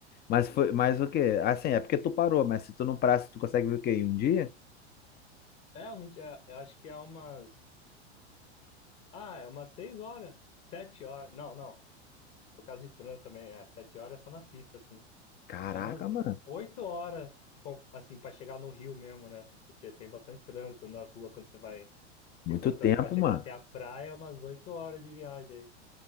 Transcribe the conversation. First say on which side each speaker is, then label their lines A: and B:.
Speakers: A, on the left; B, on the left.
A: mas foi, mas o quê? Assim, é porque tu parou, mas se tu não parar, se tu consegue ver o quê? Em um dia?
B: É, um, dia- eu acho que há umas. Ah, é umas seis horas. Sete horas. Não, não. Por causa de trânsito também. É, sete horas é só na pista, assim.
A: Caraca,
B: É umas
A: mano.
B: oito horas, com- assim, pra chegar no Rio mesmo, né? Porque tem bastante trânsito nas ruas quando você vai picotando
A: Muito tempo,
B: pra chegar
A: mano.
B: até a praia, é umas oito horas de viagem aí.